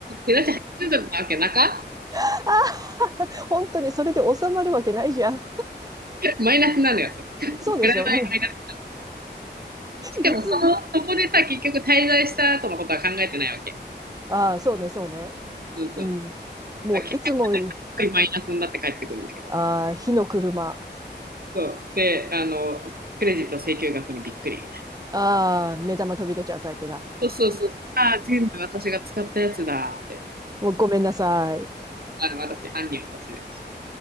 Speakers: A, on the right; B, on the right.
A: 手出し80ドルなわけなか
B: あ、本当にそれで収まるわけないじゃん。
A: <laughs> マイナスなのよ、それ。プラマイマイナス。
B: そうでしょうん。
A: しかもその、
B: いつも、
A: そこでさ、結局滞在した後のことは考えてないわけ。
B: ああ、そうね、そうね。
A: そうそう。
B: うん。もう、
A: だから結
B: いつも
A: 局マイナスになって帰ってくるんだけど。
B: ああ、火の車。
A: そう。で、あの、クレジット請求額にびっくりみたい
B: ああ、目玉飛び出ちゃうタイプだ。
A: な。そうそうそう。ああ、全部私が使ったやつだって。
B: もうごめんなさい。
A: あの、私、犯人私です。